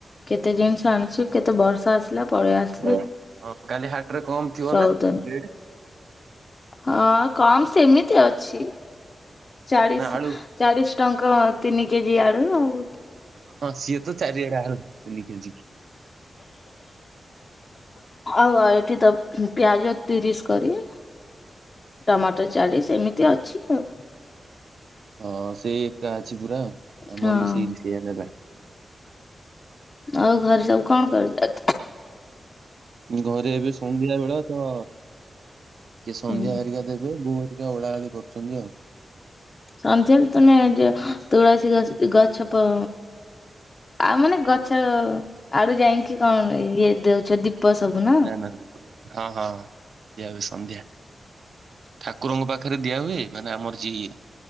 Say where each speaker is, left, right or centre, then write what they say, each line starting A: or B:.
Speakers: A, on the left; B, on the right.
A: କେତେ ଜିନିଷ ଆଣିଛି କେତେ ବର୍ଷା ଆସିଲା। ପଳେଇ ଆସିଲି
B: ହଁ ହଁ, କାଲି ହାଟରେ କମ ଥିବ
A: ଶୋଉଦା
B: ନା ରେଟ୍
A: ହଁ, କମ୍ ସେମିତି ଅଛି। ଚାଳିଶ,
B: ନା ଆଳୁ
A: ଚାଳିଶ ଟଙ୍କା ତିନି କେଜି ଆଡୁ ଆଉ।
B: ହଁ, ସିଏ ତ ଚାରିଆଡ଼େ ଆଳୁ ତିନି କେଜିକି।
A: ଆଉ ଏଠି ତ ପିଆଜ ତିରିଶ କରି। ଟମାଟୋ ଚାଳିଶ ଏମିତି ଅଛି ଆଉ।
B: ହଁ, ସେଇ ଏକା ଅଛି ପୁରା ଆମର
A: ହଁ
B: ବି ସେଇ ସେଇଆ ନେବା।
A: ଆଉ ଘରେ ସବୁ କଣ କରୁଛ?
B: ଘରେ ଏବେ ସନ୍ଧ୍ୟାବେଳ ତ କିଏ ସନ୍ଧ୍ୟା
A: ହୁଁ
B: ହେରିକା ଦେବେ ବୋଉ ହେରିକା ଓଳାଓଳି କରୁଛନ୍ତି ଆଉ।
A: ସନ୍ଧ୍ୟା ହେଲେ ତୁମେ ଯେ ତୁଳସୀ ଗ ଗଛ ପ ଆଉ ମାନେ ଗଛ, ଆଡୁ ଯାଇକି କଣ ଇଏ ଦଉଛ ଦୀ ପ ସବୁ ନା
B: ନାଁ ନାଁ, ହଁ, ହଁ ହଁ ଦିଆହୋଉଛି ସନ୍ଧ୍ୟା। ଠାକୁରଙ୍କ ପାଖରେ ଦିଆ ହୁଏ। ମାନେ ଆମର ଯିଏ